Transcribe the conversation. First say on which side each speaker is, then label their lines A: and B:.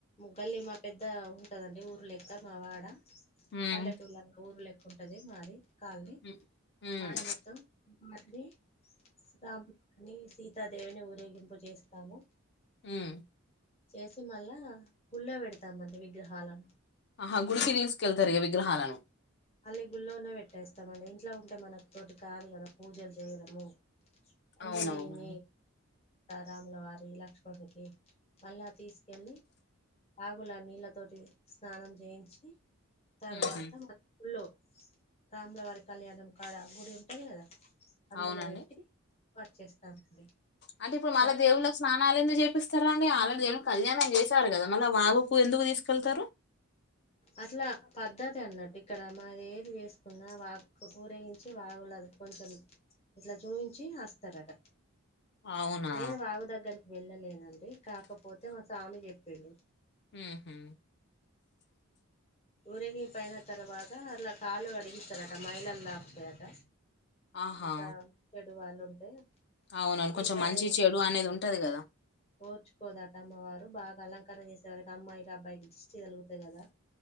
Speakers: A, on the left; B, on the left.
A: గల్లీ మా పెద్ద ఉంటదండి ఊరు లెక్క మా వాడ
B: ఉమ్
A: పల్లెటూల ఊర్ లెక్క ఉంటది మాది కాల్ని
B: ఉమ్ ఉమ్
A: వాడ మొత్తం బబ అని సీతాదేవిని ఊరేగింపు చేేస్తాము
B: ఉమ్ము
A: చేసి మళ్ళా గుళ్ళో పెడతామండి విగ్రహాలను
B: ఆహా గుడికి తీసుకెళ్తారు ఇక విగ్రహాలను
A: మళ్ళీ గుళ్ళనే పెట్టేస్తాంమండి ఇంట్లో ఉంటే మనతోటి కాదు కదా పూజలు చేయడము ఆంజనేయుని
B: అవునవునండి.
A: రాములవారి లక్ష్మణుకి మళ్ళా తీసుకెల్లి వాగుల నీళ్ళతోటి స్నానం చేయించి తర్వాత
B: ఉహు
A: గుళ్ళో రాములవారి కళ్యాణం కాడ గుడి ఉంటది కదా అందులో
B: అవునండి
A: పెట్టి వచ్చేస్తానండి
B: అంటే ఇప్పుడు మళ్ళా
A: చ
B: దేవుళ్ళకి స్నానాలు ఎందు చేపిస్తారా అండి ఆల్రెడీ దేవుడికి కళ్యాణం చేశారు కదా మళ్ళా వాగుకు ఎందుకు తీసుకెళ్తారు
A: అట్లా పద్ధతి అన్నట్టు ఇక్కడ మాది ఏది వేసుకున్నా వాగుకి ఊరేగించి వాగులాగా కొంచెం ఇట్లా చూపించి వస్తారట
B: అవునా
A: నేను వాగు దగ్గరికి వెళ్ళలేనండి కాకపోతే మా స్వామి చెప్పిళు
B: ఉహు
A: ఊరగిపోయిన తర్వాత అలా కాళ్ళు కడిగిస్తారట మైళలు కుతాయట
B: ఆహా
A: అంత చెడు వాళ్ళు ఉంటే
B: అవునను
A: సీతాదేవి
B: కొంచెం మంచి చెడు అనేది ఉంటది కదా
A: ఓర్చుకోదట అమ్మ వారు బాగా అలంక చేసే వరకి అమ్మాయికి అబ్బాయికి దిష్టి తగులుతది కదా